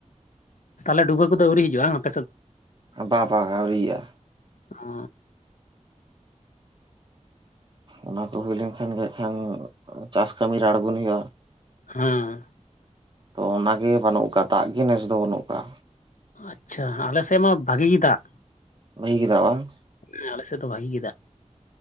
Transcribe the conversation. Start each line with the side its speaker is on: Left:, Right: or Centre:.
Left: ᱛᱟᱦᱚᱞᱮ ᱰᱩᱵᱟᱹ ᱠᱚᱫᱚ ᱟᱹᱣᱨᱤ ᱦᱤᱡᱩᱜᱼᱟ <unintelligible>
Right: ᱵᱟ ᱵᱟ ᱟᱹᱣᱨᱤᱭᱟ
Left: ᱦ
Right: ᱚᱱᱟ ᱠᱚ ᱦᱩᱭ ᱞᱮᱱᱠᱷᱟᱱ ᱜᱮ ᱠᱷᱟᱱ ᱪᱟᱥ ᱠᱟᱹᱢᱤᱤᱨᱮ ᱟᱬᱜᱚᱱ ᱦᱩᱭᱩᱜᱼᱟ
Left: ᱦᱮᱸ
Right: ᱛᱚ ᱚᱱᱟᱜᱮ ᱵᱟᱹᱱᱩᱜ ᱠᱫᱟ ᱫᱟᱜ ᱜᱮ ᱱᱮᱥ ᱫᱚ ᱵᱟᱹᱱᱩᱜ ᱠᱟᱜ-ᱟ᱾
Left: ᱟᱪᱪᱷᱟ ᱟᱞᱮᱥᱮᱫ ᱢᱟ ᱵᱷᱟᱜᱤ ᱫᱟᱜ
Right: <unintelligible> ᱵᱟᱝ
Left: ᱦᱮ ᱟᱞᱮ ᱥᱮᱫ ᱫᱚ ᱵᱷᱟᱜᱤ ᱜᱮ ᱫᱟᱜ